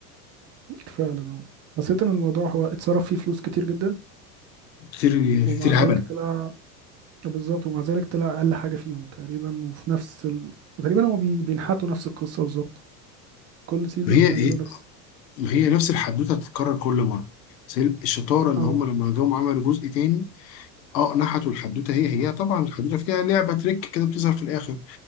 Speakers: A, on the right (about 35°); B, on the left (about 80°).
A: فعلا اه حسيت إن الموضوع هو اتصرف فيه فلوس كتير جدا
B: كتير كتير
A: ومع ذلك
B: هبل
A: طلع بالظبط ومع ذلك طلع أقل حاجة فيهم تقريبا وفي نفس ال... تقريبا هو بي... بينحتوا نفس القصة بالظبط كل سيزون
B: هي
A: يعملوا
B: هي
A: نفس
B: هي نفس الحدوتة هتتكرر كل مرة بس هي الشطارة إن
A: اه
B: هم لما جم عملوا جزء تاني اه نحتوا الحدوته هي هي طبعا الحدوته فيها لعبه تريك كده بتظهر في الاخر